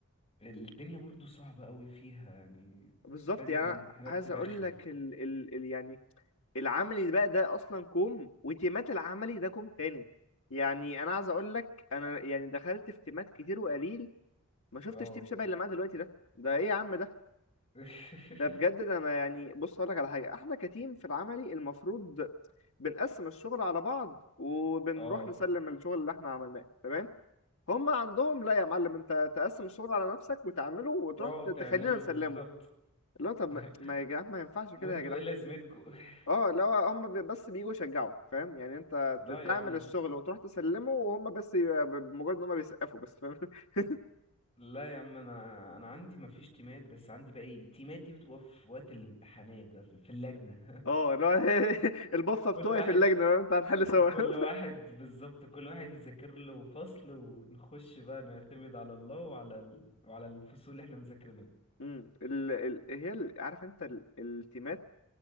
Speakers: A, on the left; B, on the left.
A: الدنيا برضو صعبة قوي فيها يعني
B: بالظبط
A: ابتدت
B: يعني
A: الامتحانات
B: أنا عايز
A: ترخم
B: اقول لك ال... ال... ال... يعني العملي بقى ده اصلا كوم وتيمات العملي ده كوم تاني يعني انا عايز اقول لك انا يعني دخلت في تيمات كتير وقليل ما شفتش
A: اه
B: تيم شبه اللي معاه دلوقتي ده ده ايه يا عم ده
A: <laughs>
B: ده بجد ده ما يعني بص هقول لك على حاجه احنا كتيم في العملي المفروض بنقسم الشغل على بعض وبنروح
A: اه
B: نسلم الشغل اللي احنا عملناه تمام هم عندهم لا يا معلم انت تقسم الشغل على نفسك وتعمله وتروح
A: واو تعملوا
B: تخلينا نسلمه
A: بالظبط
B: اللي هو طب
A: <laughs>
B: ما ما يا جدعان ما ينفعش كده
A: وانتوا
B: يا جدعان
A: ايه لازمتكوا <laughs>
B: اه لو هم بي- بس بييجوا يشجعوا فاهم يعني انت
A: لا
B: ت- تعمل
A: يا عم
B: الشغل وتروح تسلمه وهم بس ي- بمجرد ان هم بيسقفوا بس فاهم <laughs>
A: لا يا عم انا انا عندي مفيش تيمات بس عندي بقى ايه التيمات دي بتبقى في وقت الامتحانات بقى في في اللجنة
B: اه اللي هو <laughs> البفه
A: <laughs> كل
B: بتوعي
A: واحد
B: في اللجنه فاهم؟ انت هنحل سوا
A: كل
B: <laughs>
A: واحد بالظبط كل واحد يذاكر له فصل ونخش بقى نعتمد على الله وعلى ال... وعلى الفصول اللي احنا مذاكرينها
B: امم ال... ال... هي ال... عارف انت ال... التيمات